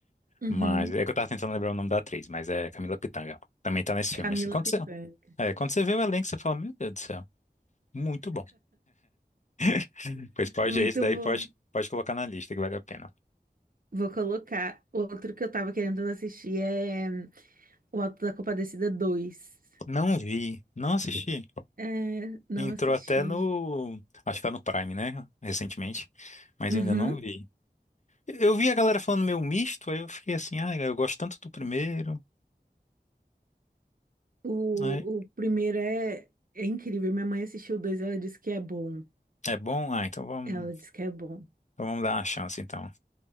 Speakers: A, on the right; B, on the left.
A: Uhum.
B: Mas é que eu tava tentando lembrar o nome da atriz, mas é Camila Pitanga. Também tá nesse
A: Camila
B: filme, assim. Quando
A: Pitanga.
B: você, é, quando você vê o elenco, você fala, meu Deus do céu, muito bom. <laughs> Pois pode,
A: Muito
B: esse daí
A: bom.
B: pode, pode colocar na lista que vale a pena.
A: Vou colocar. Outro que eu tava querendo assistir é O Auto da Compadecida dois.
B: Não vi, não assisti.
A: É, não
B: Entrou
A: assisti.
B: até no. Acho que tá no Prime, né? Recentemente. Mas
A: Uhum.
B: eu ainda não vi. Eu vi a galera falando meio misto, aí eu fiquei assim, ah, eu gosto tanto do primeiro.
A: O,
B: né?
A: o primeiro é, é incrível. Minha mãe assistiu o dois, ela disse que é bom.
B: É bom? Ah, então vamos,
A: Ela disse que é bom.
B: então vamos dar uma chance, então.